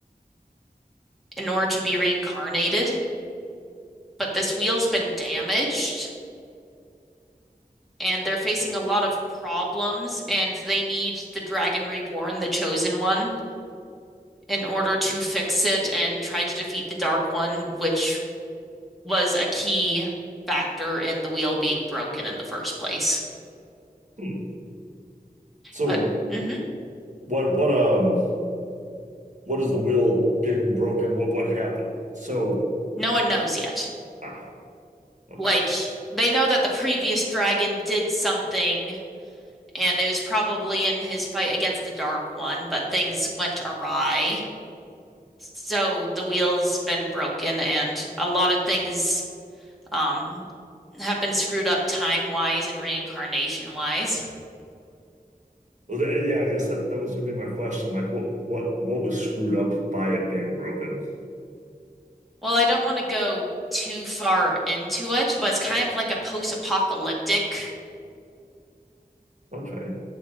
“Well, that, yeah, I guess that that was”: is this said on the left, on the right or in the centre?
Right